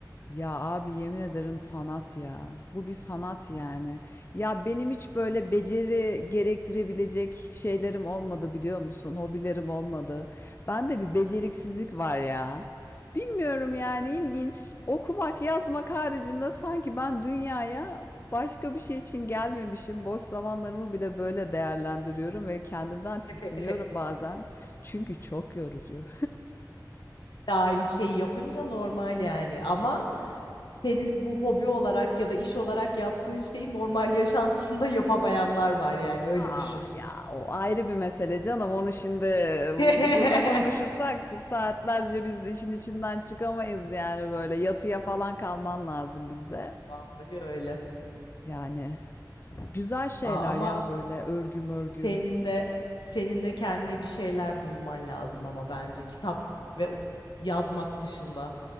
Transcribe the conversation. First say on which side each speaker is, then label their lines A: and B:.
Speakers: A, on the left (about 30°); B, on the left (about 80°).
A: Ya abi yemin ederim sanat ya. Bu bir sanat yani. Ya benim hiç böyle beceri gerektirebilecek şeylerim olmadı biliyor musun? Hobilerim olmadı. Bende bir beceriksizlik var ya. Bilmiyorum yani ilginç. Okumak, yazmak haricinde sanki ben dünyaya başka bir şey için gelmemişim. Boş zamanlarımı bile böyle değerlendiriyorum ve kendimden tiksiniyorum
B: <laughs>
A: bazen. Çünkü çok yorucu.
B: De aynı şeyi yapınca normal yani ama Senin bu hobi olarak ya da iş olarak yaptığın şeyi normal yaşantısında yapamayanlar var yani öyle
A: A,
B: düşün.
A: ya, o ayrı bir mesele canım. Onu şimdi bu-
B: <laughs>
A: burada konuşursak saatlerce biz işin içinden çıkamayız yani böyle yatıya falan kalman lazım bizde.
B: Vallahi öyle.
A: Yani güzel şeyler
B: Aa, ama
A: ya böyle örgü
B: senin
A: mörgü.
B: de senin de kendine bir şeyler bulman lazım ama bence kitap ve o- yazmak dışında.